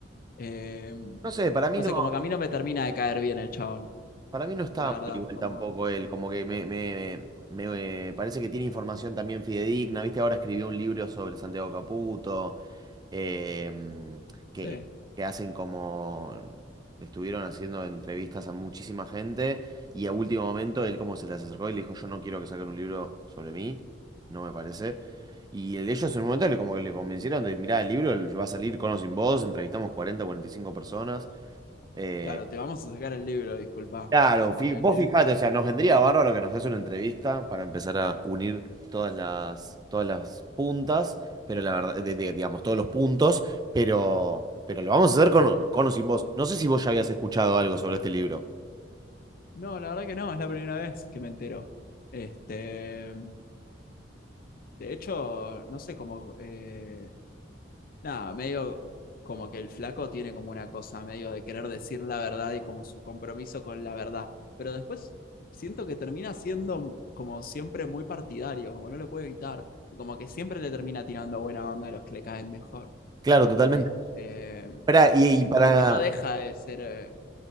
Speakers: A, on the left (about 50°); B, on the right (about 20°).
A: Eh,
B: No sé, para mí
A: no
B: no,
A: sé, como que a mí no me termina de caer bien el chabón,
B: Para mí no estaba
A: la
B: mal
A: verdad,
B: igual
A: como,
B: tampoco él, como que me, me, me- me parece que tiene información también fidedigna, viste, ahora escribió un libro sobre Santiago Caputo, em, que,
A: sí,
B: que hacen como, estuvieron haciendo entrevistas a muchísima gente y a último momento él como se les acercó y le dijo, yo no quiero que saquen un libro sobre mí, no me parece. Y el- ellos en un momento le, como que le convencieron de, mirá, el libro va a salir con o sin vos, entrevistamos 40, 45 personas. eh,
A: claro, te vamos a sacar el libro, disculpa,
B: Claro,
A: jodete.
B: fi- vos fijate, o sea, nos vendría bárbaro que nos des una entrevista para empezar a unir todas las, todas las puntas, pero la verdad, de- de- digamos, todos los puntos, pero, pero lo vamos a hacer con, con o sin vos. No sé si vos ya habías escuchado algo sobre este libro.
A: No, la verdad que no, es la primera vez que me entero. Este, de hecho, no sé, como eh, nada, medio como que el flaco tiene como una cosa medio de querer decir la verdad y como su compromiso con la verdad. Pero después siento que termina siendo como siempre muy partidario, como no lo puede evitar. Y como que siempre le termina tirando buena onda a los que le caen mejor.
B: Claro, totalmente.
A: Este,
B: Pará, y,
A: es
B: y para,
A: como que no deja de ser, eh,